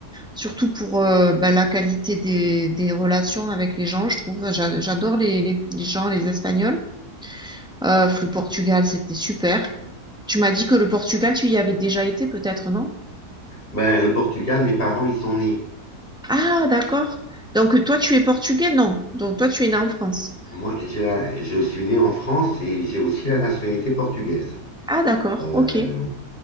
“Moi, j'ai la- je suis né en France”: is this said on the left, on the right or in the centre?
Left